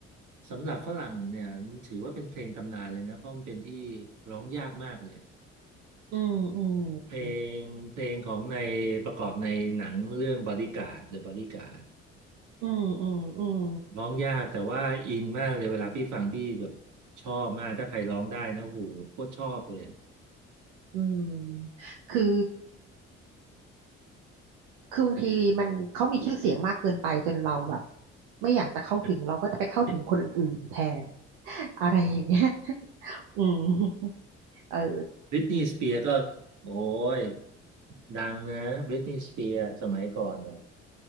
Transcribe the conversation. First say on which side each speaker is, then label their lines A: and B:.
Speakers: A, on the right; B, on the right.
A: สำหรับฝรั่งเนี่ยมันถือว่าเป็นเพลงตำนานเลยนะเพราะมันเป็นที่ร้องยากมากเลย
B: อืมอืม
A: เพลงเพลงของในประกอบในหนังเรื่องบอดี้การ์ด The Bodyguard
B: อืมอืมอืม
A: ร้องยากแต่ว่าอินมากเลยเวลาพี่ฟังพี่แบบชอบมากถ้าใครร้องได้นะโหโคตรชอบเลย
B: อืมคือคือบางทีมันเขามีชื่อเสียงมากเกินไปจนเราแบบไม่อยากจะเข้าถึงเราก็จะไปเข้าถึงคนอื่นๆแทน <laughs> อะไรอย่างเงี้ย <laughs> อืมเออ
A: บริตนีย์สเปียร์ก็โอ้ยดังนะบริตนีย์สเปียร์สมัยก่อนนะ